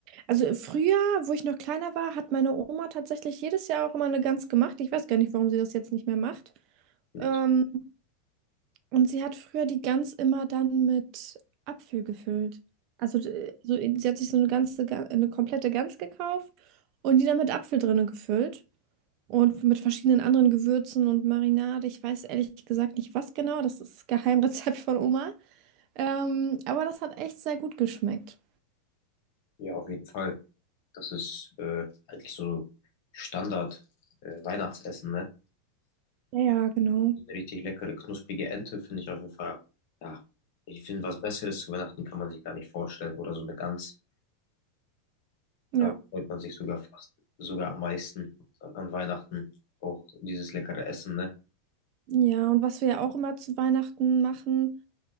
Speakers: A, on the right; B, on the left.
A: Also früher, wo ich noch kleiner war, hat meine Oma tatsächlich jedes Jahr auch immer eine Gans gemacht. Ich weiß gar nicht, warum sie das jetzt nicht mehr macht.
B: Vielleicht-
A: Ähm, Und sie hat früher die Gans immer dann mit Apfel gefüllt. Also d- äh, so, sie hat sich so eine ganze, Ga- eine komplette Gans gekauft und die dann mit Apfel drinne gefüllt. Und mit verschiedenen anderen Gewürzen und Marinade. Ich weiß ehrlich gesagt nicht, was genau. Das ist Geheimrezept von Oma. Ähm, aber das hat echt sehr gut geschmeckt.
B: Ja, auf jeden Fall. Das ist äh, eigentlich so Standard äh, Weihnachtsessen, ne?
A: Ja, ja, genau.
B: So Eine richtig leckere, knusprige Ente finde ich auf jeden Fall. Ja, ich finde, was Besseres zu Weihnachten kann man sich gar nicht vorstellen. Oder so eine Gans.
A: Ja.
B: Darauf freut man sich sogar fast, sogar am meisten an Weihnachten. Auch dieses leckere Essen, ne?
A: Ja, und was wir ja auch immer zu Weihnachten machen,